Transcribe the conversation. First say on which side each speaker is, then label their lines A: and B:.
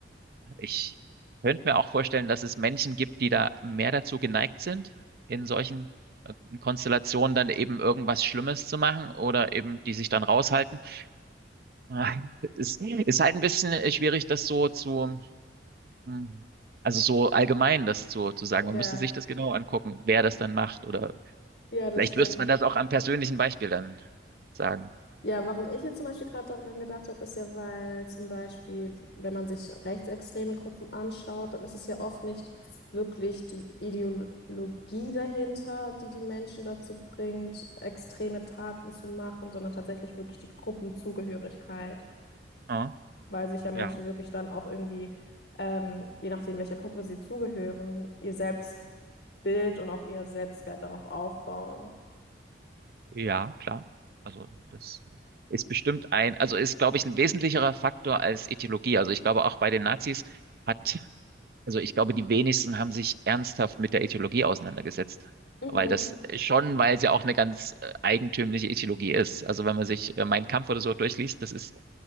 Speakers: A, on the right (about 55°); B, on the left (about 60°).
A: ich könnte mir auch vorstellen, dass es Menschen gibt, die da mehr dazu geneigt sind, in solchen äh, Konstellationen dann eben irgendwas Schlimmes zu machen oder eben die sich dann raushalten. Ah, <laughs> Es ist halt ein bisschen äh, schwierig, das so zu Mhm. Also so allgemein das zu, zu sagen, man
B: Ja,
A: müsste sich das genau angucken, wer das dann macht oder
B: ja, das
A: vielleicht
B: stimmt.
A: müsste man das auch am persönlichen Beispiel dann sagen.
B: Ja, warum ich jetzt zum Beispiel gerade daran gedacht habe, ist ja, weil zum Beispiel, wenn man sich rechtsextreme Gruppen anschaut, dann ist es ja oft nicht wirklich die Ideologie dahinter, die die Menschen dazu bringt, extreme Taten zu machen, sondern tatsächlich wirklich die Gruppenzugehörigkeit,
A: Ja,
B: weil sich ja Menschen
A: ja,
B: wirklich dann auch irgendwie, ähm, je nachdem, welcher Gruppe sie zugehören, ihr Selbstbild und auch ihr Selbstwert darauf aufbauen.
A: ja, klar. Also das ist bestimmt ein, also ist, glaube ich, ein wesentlicherer Faktor als Ethologie. Also ich glaube auch bei den Nazis hat, also ich glaube, die wenigsten haben sich ernsthaft mit der Ethologie auseinandergesetzt.
B: Mhm,
A: Weil das schon, weil es ja auch eine ganz äh, eigentümliche Ethologie ist. Also wenn man sich äh, Mein Kampf oder so durchliest, das ist